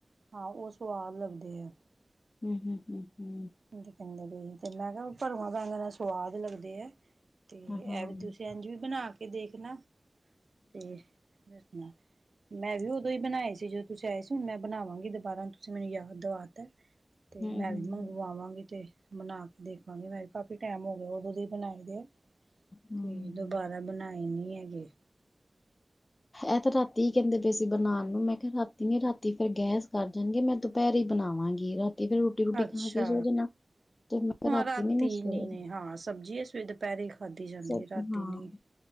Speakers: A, on the right; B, on the left.
A: ਹਾਂ, ਓ ਸਵਾਦ ਲੱਗਦੇ ਐ।
B: ਹੂੰ, ਹੂੰ, ਹੂੰ, ਹੂੰ।
A: ਕਹਿੰਦੇ ਪੇ, ਤੇ ਮੈਂ ਕਿਹਾ ਭਰਵਾਂ ਬੈਂਗਣ ਐ ਸਵਾਦ ਲੱਗਦੇ ਐ। ਤੇ,
B: ਹਾਂ ਹਮ
A: ਐਵੀ ਤੁਸੀ ਏੰਜ ਵੀ ਬਣਾਕੇ ਦੇਖਣਾ, ਤੇ ਦੱਸਣਾ। 'ਮੈਂ ਵੀ ਓਦੋਂ ਈ ਬਣਾਏ ਸੀ ਜਦੋਂ ਤੁਸੀ ਆਏ ਸੀ, ਹੁਣ ''ਮੈਂ ਬਣਾਵਾਂਗੀ ਦੁਬਾਰਾ, ਤੁਸੀ ਮੈਨੂੰ ਯਾਦ ਦਵਾਤੈ। ਤੇ,
B: ਹਮ ਹਮ
A: ਮੈਂ ਵੀ ਮੰਗਵਾਵਾਂਗੀ ਤੇ ਬਣਾਕੇ ਦੇਖ ਲਾਂਗੀ, ਮੈਂ ਵੀ ਕਾਫੀ ਟਾਈਮ ਹੋਗਿਆ ਓਦੋਂ ਦੇ ਈ ਬਣਾਏ ਦੇ ਐ।
B: ਹਮ
A: ਤੇ, ਦੁਬਾਰਾ ਬਣਾਏ ਨੀ ਹੈਗੇ।
B: ਐ ਤਾ, ਰ੍ਹਾਤੀ ਕਹਿੰਦੇ ਪੇ ਸੀ ਬਨਾਨ ਨੂੰ, ਮੈਂ ਕਿਹਾ ਰ੍ਹਾਤੀ ਨੀ ਰ੍ਹਾਤੀ ਫੇਰ ਗੈਸ ਕਰ ਜਾਣਗੇ ''ਮੈਂ ਦੁਪਹਰੇ ਈ ਬਣਾਵਾਂਗੀ, ਰਾਤੀ ਤੇ ਫੇਰ ਰੋਟੀ-ਰੂਟੀ
A: ਅੱਛਾ
B: ਖਾਕੇ ਸੋ ਜਾਨਾ, ਤੇ ਕਿਹਾ
A: ਹਾਂ, ਰਾਤੀ
B: ਨੀ ਮੈਂ ਸਵੇਰੇ
A: ਨਹੀ-ਨਹੀ, ਹਾਂ ਸਬਜ਼ੀ ਏ ਸਵੇਰੇ ਦਪਹਿਰੇ ਈ ਖਾਧੀ ਜਾਂਦੀ
B: ਸੋ
A: ਏ ਰਾਤੀ
B: ਹਾਂ
A: ਨੀ,